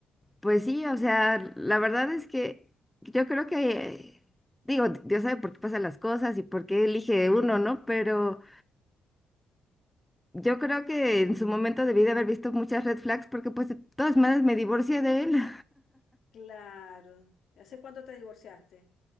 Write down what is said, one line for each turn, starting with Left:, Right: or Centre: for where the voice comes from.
Centre: pues sí, o sea, la verdad es que yo creo que, digo, Dios sabe por qué pasan las cosas y por qué elige uno, ¿no? Pero yo creo que en su momento debí de haber visto muchas red flags porque pues de todas maneras me divorcié de él. <laughs>
Left: claro. ¿Y hace cuánto te divorciaste?